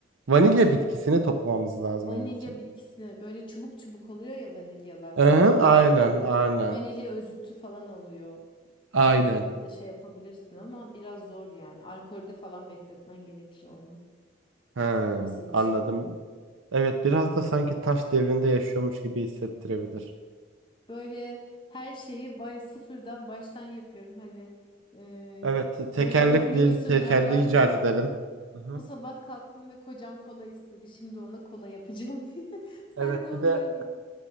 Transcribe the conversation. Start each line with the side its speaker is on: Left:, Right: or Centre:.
Right: Vanilya bitkisini toplamamız lazım
Left: Vanilya
Right: onun için.
Left: bitkisine böyle çubuk çubuk oluyor ya vanilyalar.
Right: Hı
Left: Hani
Right: hı,
Left: onun
Right: aynen
Left: içinden
Right: aynen.
Left: vanilya özütü falan oluyor.
Right: Aynen.
Left: Ö- O şekilde şey yapabilirsin ama biraz zor yani. Alkolde falan bekletmen gerekir onu.
Right: He,
Left: Masa için.
Right: anladım. Evet biraz da sanki taş devrinde yaşıyormuş gibi hissettirebilir.
Left: Böyle her şeyi bay sıfırdan baştan yapıyorum. Hani e,
Right: Evet tekerlekli
Left: böyle influencerlar
Right: tekerleği
Left: var ya.
Right: icat edelim. Hı hı.
Left: Bu sabah kalktım ve kocam kola istedi. Şimdi ona kola yapacağım <laughs> diye. Sen
Right: Evet
Left: de onlar
Right: bir de
Left: gibi.